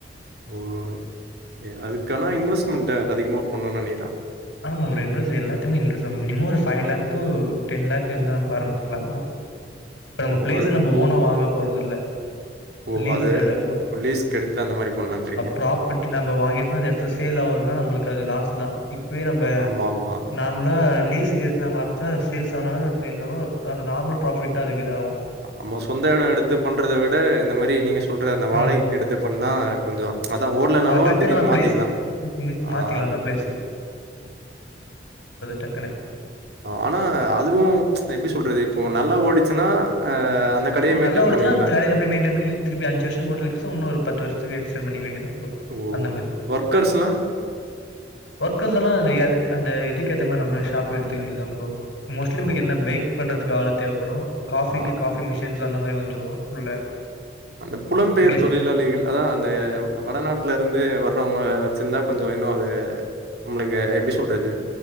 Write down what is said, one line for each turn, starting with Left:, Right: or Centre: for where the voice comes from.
Right: ஓ கே அதுக்கானா இன்வெஸ்ட்மெண்ட அதிகமா பண்ணும் நெனக்கிற
Left: ஆமா ப்ரோ இன்வெஸ் எல்லாத்தமே இன்வெஸ் மினிமம் ஒரு five lakh to ten lakh இருந்தா நம்ப ஆரம்பச்சிக்கலாம் ப்ரோ இப்ப நம்ம
Right: ஓ!
Left: பிளேஸ்
Right: அது
Left: நம்ம ஓன வாங்க போறது இல
Right: ஓ!
Left: லீஸக்கு
Right: அது
Left: தான் எடுக்க போறோம்
Right: லீஸ்க்கு எடுத்து அந்த மாரி பண்ணலான்றீங்க.
Left: ப்ராப்பர்ட்டி நம்ம வாங்கிட்டோனா அந்த இடத்துல சேல் ஆவலனா நம்மளுக்கு அது லாஸ் தான் இப்ப <unintelligible> நம்ம
Right: ஆமாமா.
Left: நார்மலா லீஸ் எடுத்து ந ஆரிச்ச சேல்ஸ் ஆனால் லத்தாத்தா நார்மல் ப்ராபிட் அதுக்குதாவும்
Right: நம்ம சொந்த இடம் எடுத்து பண்றதை விட இந்த மாதிரி நீங்க சொல்ற அந்த வாடகைக்கு
Left: ம்
Right: எடுத்து பண்ணா கொஞ்சம் அதான் ஓடலனாலும்
Left: டக்குனு
Right: திடீர்னு
Left: பிளேஸ்
Right: மாத்திக்கலாம் ஆஹ்
Left: மாத்திக்கலாம்ல பிளேஸ் டக்குன்னு
Right: ஆனா அதுவும் எப்படி சொல்றது இப்போ நல்லா ஓடிச்சுன்னா அ அந்த கடைய மெயின்டெயின்
Left: நல்ல ஓடிச்சுன்னா
Right: பண்ணுவீங்களா?
Left: அந்த மயின்டைன் பண்ணி திருப்பிஅஞ்ச வருஷ போட்டுன்ன ஒரு பத்து வருஷம் எக்ஸ்ட்டன் பண்ணி மெய்டென்
Right: ஓ!
Left: அந்த மாரி
Right: ஒர்க்கர்ஸ்லாம்
Left: ஒர்க்கச்ல்லாம் செய்யாது அந்த இதுக்க ஏத்த மாரி நம்பலே ஷாப் எடுத்துக்க வேண்டியதா ப்ரோ மோஸ்லி நம்ம
Right: ஓ!
Left: என்ன பேக் பண்றது க்கு ஆளு தேவைப்படும் காஃபிக்கு
Right: ஆ
Left: காஃபி சோமஷஸ் அந்த மாதிரி வந்துரும் உள்ள
Right: அந்த புலம்பெயர்
Left: கெஸ்ட்
Right: தொழிலாளிகள் அதா அந்த வடநாட்டில இருந்து வர்றவங்க வச்சிருந்தா கொஞ்சம் இன்னும் அது நம்ளுக்கு எப்படி சொல்றது